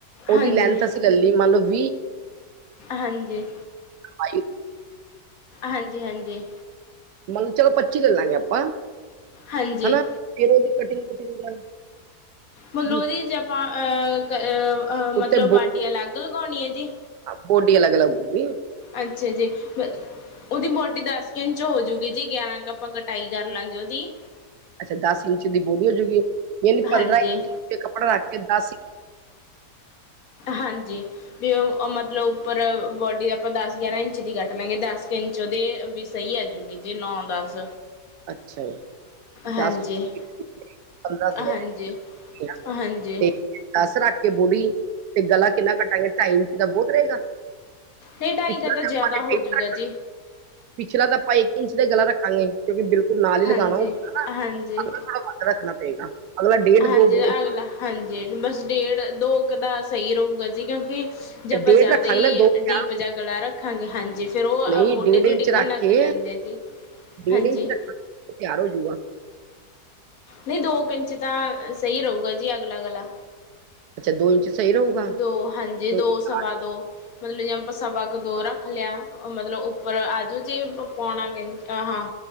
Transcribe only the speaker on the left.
ਹਾਂਜੀ
ਹਾਂਜੀ।
ਹਾਂਜੀ- ਹਾਂਜੀ।
ਹਾਂਜੀ
ਹੁਣ
ਉਹਦੀ ਜੇ ਆਪਾਂ ਅਹ
ਮਤਲਬ ਵਾਢੀ ਅਲੱਗ ਲਗਾਉਣੀ ਹੈ ਜੀ।
ਅੱਛਾ ਜੀ ਉਹਦੀ ਬੋਡੀ ਦਸ। ਦਸ ਕੁ ਇੰਚ ਹੋਜੂਗੀ ਜੀ ਗਿਆਰਾਂ ਕੁ ਆਪਾਂ ਕਟਾਈ ਕਰ ਲਾਂਗੇ ਉਹਦੀ।
ਹਾਂਜੀ
ਹਾਂਜੀ ਵੀ ਉਹ ਮਤਲਬ ਉੱਪਰ ਬੋਡੀ ਆਪਾਂ ਦਸ, ਗਿਆਰਾਂ ਇੰਚ ਦੀ ਕੱਟ ਲਾਂਗੇ ਦਸ ਦਸ ਕੁ ਇੰਚ ਉਹਦੇ ਵੀ ਸਹੀ ਆ ਜੂਗੀ ਜੀ ਵੀ ਨੌ- ਦਸ।
ਹਾਂਜੀ
ਹਾਂਜੀ
ਹਾਂਜੀ
ਨਹੀਂ ਢਾਈ
ਦਾ
ਜ਼ਿਆਦਾ
ਹੋਜੂਗਾ
ਜੀ
ਹਾਂਜੀ
ਹਾਂਜੀ
ਹਾਂਜੀ
ਅਗਲਾ ਹਾਂਜੀ ਬਸ ਡੇਢ ਦੋ ਕੁ ਦਾ ਸਹੀ ਰਹੇਗਾ ਜੀ, ਕਿਉਂਕਿ ਜੇ ਆਪਾਂ
ਜ਼ਿਆਦਾ
ਹੀ
ਡੀਪ ਜਾਂ ਗਲਾ ਰੱਖਾਂਗੇ ਹਾਂਜੀ ਫੇਰ ਉਹ
ਮੋਢੇ
'ਤੇ
ਡਿੱਗਣ
ਲੱਗ
ਜਾਂਦੇ ਨੇ। ਜੀ।
ਹਾਂਜੀ
ਨਹੀਂ ਦੋ ਕੁ ਇੰਚ ਦਾ ਸਹੀ ਰਹੂੰਗਾ ਜੀ ਅਗਲਾ ਗਲਾਂ।
ਦੋ ਹਾਂਜੀ।
ਜੇ
ਦੋ,
ਸਵਾ ਦੋ ਮਤਲਬ ਜੇ ਆਪਾਂ ਸਵਾ ਕੁ ਦੋ ਰੱਖ ਲਿਆ। ਮਤਲਬ ਉੱਪਰ ਆਜੂ ਜੇ ਪਾਉਣਾ ਕੁ ਇੰਚ ਹਾਂ।